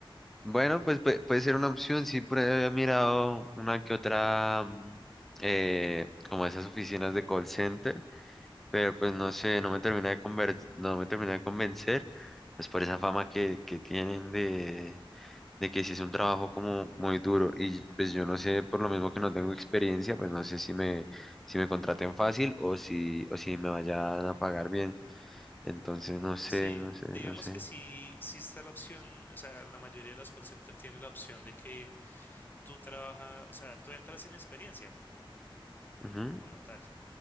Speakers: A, in the centre; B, on the left.
A: Bueno, pues pue- puede, ser una opción. Sí, por ahí había mirado una que otra, mm, eh, como esas oficinas de call center. pero pues no sé, no me termina de conver- no me termina de convencer, pues por esa fama que, que tienen de, de que sí es un trabajo como muy duro y pues yo no sé, por lo mismo que no tengo experiencia, pues no sé si me, si me contraten fácil o si, o si me vayan a pagar bien, entonces no sé,
B: Sí,
A: no sé,
B: digamos
A: no sé.
B: que sí, sí está la opción, o sea, la mayoría de las call centers tiene la opción de que tú trabajas, o sea, tú entras sin experiencia.
A: Ujú.
B: como tal.